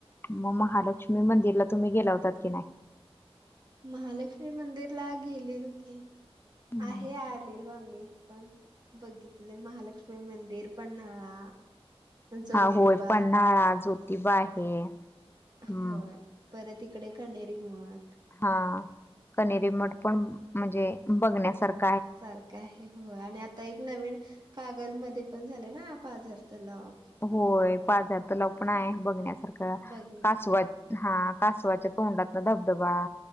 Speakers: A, on the left; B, on the right.
A: म महालक्ष्मी मंदिरला तुम्ही गेला होतात की नाही?
B: महालक्ष्मी मंदिरला गेलेलो की.
A: नाही?
B: आहे आलेलो आम्ही पण. बघितलं महालक्ष्मी मंदिर, पन्हाळा, ज्योतिबा
A: हा होय. पन्हाळा, जोतिबा आहे. हम्म
B: होय परत इकडे कन्हेरी मठ
A: हा कनेरी मठ पण म्हणजे बघण्यासारखा
B: सारखं आहे हो आणि आता एक नवीन कागल मध्ये पण झाले ना पाझर तलाव
A: होय बाजार तर लपण
B: हं.
A: आहे बघण्यासारखं
B: बघ ना
A: कासवद हा कासवाच्या तोंडात ना धबधबा